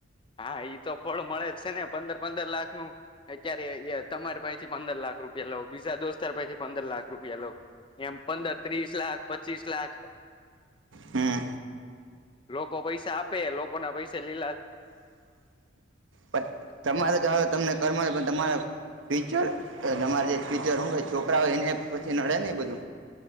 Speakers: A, on the left; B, on the right.
A: હા ઈ તો ફળ મળે જ છે ને, પંદર-પંદર લાખ નું અત્યારે એ તમારે પાહેથી પંદર લાખ રૂપિયા લવ, બીજા દોસ્તાર પાહેથી પંદર લાખ રૂપિયા લઉ. એમ પંદર, ત્રીસ લાખ, પચીસ લાખ
B: હમ્મ.
A: લોકો પૈસા આપે, લોકો ના પૈસા લ
B: પણ તમારે જ આવે તમને કરમા પણ તમારા ફ્યુચર અહ તમારે જે ફ્યુચર હું હોય છોકરાવ એનેય પછી નડે ને બધું.